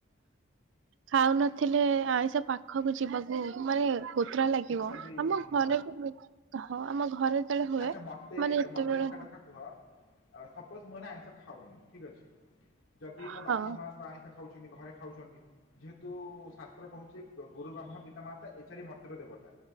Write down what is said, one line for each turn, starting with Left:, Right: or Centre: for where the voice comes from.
Right: ଖାଉନଥିଲେ ଆଇଁଷ ପାଖକୁ ଯିବାକୁ ଭଏ କୋତ୍ରା ଲାଗିବ।
Left: ଇଚ୍ଛା ବି
Right: ଆମ
Left: ହଁ।
Right: ଘରେ ବି ହଁ ଆମ ଘରେ ଯେତେବେଳେ ହୁଏ
Left: ଆଚ୍ଛା ମତେ
Right: ମାନେ ଯେତେବେଳେ
Left: ମତେ ଗୋଟେ କଥା କୁହ ସପୋଜ ମୁଁ ଏନା ଆଇଁଷ ଖାଉନି, ଠିକ୍ ଅଛି, ଯଦି ମୋ
Right: ହଁ
Left: ବାପା ମା ତ ଖାଉଛନ୍ତି ଘରେ ଖାଉଛନ୍ତି, ଯେହେତୁ ଶାସ୍ତ୍ର କହୁଛି ଗୁରୁ ବ୍ରହ୍ମ ପିତାମାତା ମତ୍ର ଦେବତା